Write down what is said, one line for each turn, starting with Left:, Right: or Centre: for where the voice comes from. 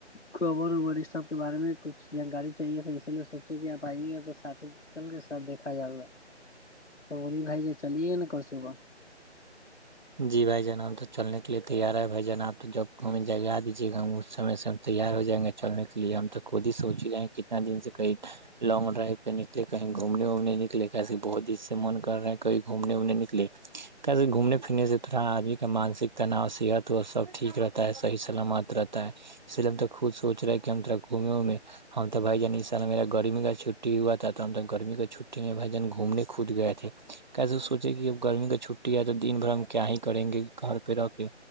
Left: کبر ابر اس سب کے بارے میں کچھ جانکاری چاہیے تھا اسی لیے سوچے کہ آپ آئیے گا تو س ہی چل گے سب دیکھا جا رہا ہے بولی بھائی ج چلیے نا کاسےبا
Right: جی بھائی جان ہم تو چلنے کے لیے تیار ہے بھائی جان آپ تو ج جگا دیجیے جا ہم اس سمے سے ہم تیار ہو جائیں گے چلنے کے لیے ہم تو خود ہی سوچ ہی رہائیں گ کتنا دن سے لانگ ڈرائیو پہ نلے کہیں گھومنےومنے نکلے کیسے بہت دد سے من کر رہا کہیں گھومنےومنے نکلے ک گھومنے اپنے سے تھوڑا آدمی کا مانسک تناؤ صحت و سب ٹھیک رہتا ہے صحی سلامت رہتا ہے اسلم تک خود سوچ رہا ہے کہ ہمرا گھومے میں ہم تو بھائی جان ان سا اللہ میرا گرمی کا چھٹی ہوا تھا تو ہم تو گرمی کا چھٹی میں بھائی جان گھومنے خود گئے تھے کیسے سوچے کہ جب گرمی کی چھٹی ہے تو دن بھر ہم کیا ہی کریں گے گھر پہ رہ کے